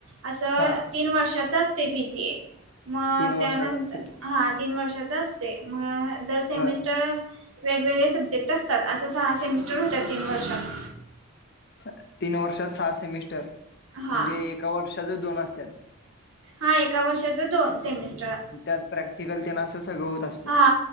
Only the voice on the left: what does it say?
हा
तीन
वर्षात असते
बर
तीन वर्षात सहा सेमिस्टर
म्हणजे एका वर्षाच दोन असत्यात.
त्यात प्रॅक्टिकल तेनं असं सगळं होत असत.